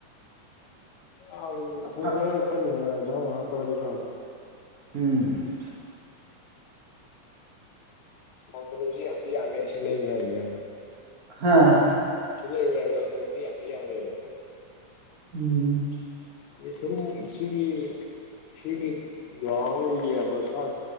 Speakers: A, on the left; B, on the right.
A: <unintelligible> ꯅꯨꯡꯉꯦꯗꯥ
B: ꯑ
A: ꯃꯍꯥꯄꯔꯥꯕꯤ ꯐꯔꯕ
B: ꯎꯝ
A: ꯏꯁꯂꯥꯝ ꯀꯣꯅꯨꯡꯁꯤ ꯌꯥꯝꯗꯤ ꯌꯥꯝꯃꯦ ꯁꯤ ꯂꯩ ꯃꯌꯥꯝꯅꯦ
B: ꯍꯥꯥ
A: ꯆꯂꯕ ꯂ ꯑꯃꯗꯤ ꯑ ꯑꯃꯦꯕ
B: ꯎꯝ
A: ꯑꯗꯤ ꯁꯨꯝ ꯁꯤꯒꯤ ꯁꯤꯒꯤ ꯒꯔꯥꯎꯟꯗ ꯌꯦꯡꯄꯗ ꯁꯥ